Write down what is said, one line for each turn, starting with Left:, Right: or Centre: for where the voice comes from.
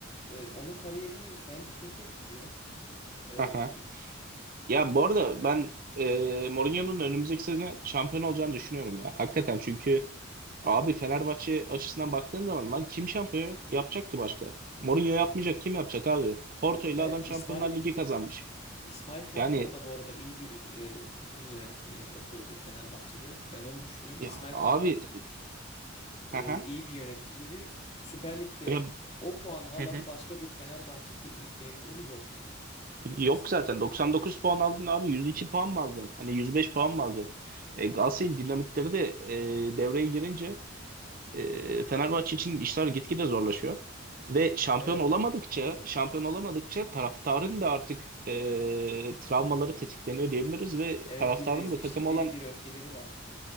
Left: e, onun kariyerini bence kötü etkiliyor. Ee,
Right: ha ha Ya bu arada ben e, Mourinho'nun önümüzdeki sene şampiyon olacağını düşünüyorum ya. Hakikaten çünkü abi Fenerbahçe açısından baktığın zaman lan kim şampiyon yapacak ki başka? Mourinho yapmayacak kim yapacak abi? Porto ile
Left: ben
Right: adam
Left: İsmail
Right: Şampiyonlar Ligi kazanmış.
Left: İsmail Kartal
Right: Yani
Left: da bu arada iyi bir e, takım yönetimi yapıyordu Fenerbahçe'de. Ben onu düşünüyorum.
Right: ya
Left: İsmail
Right: abi
Left: Kartal e,
Right: <laughs> haha.
Left: iyi bir yöneticiydi. Süper Lig'de
Right: ya,
Left: o puanı alan
Right: hı hı.
Left: başka bir Fenerbahçe teknik direktörü yok. Geçen
Right: Yok
Left: seneki
Right: zaten
Left: performansı.
Right: 99
Left: için.
Right: puan aldın abi 102 puan mı alacaksın? Hani 105 puan mı alacaksın? E, Galatasaray'ın dinamikleri de e, devreye girince e, Fenerbahçe için işler gitgide zorlaşıyor. Ve şampiyon
Left: Evet.
Right: olamadıkça, şampiyon olamadıkça taraftarın da artık e, travmaları tetikleniyor diyebiliriz ve
Left: Evet
Right: taraftarın
Left: bir bezmişlikleri
Right: da takım olan
Left: bir öfkeleri var.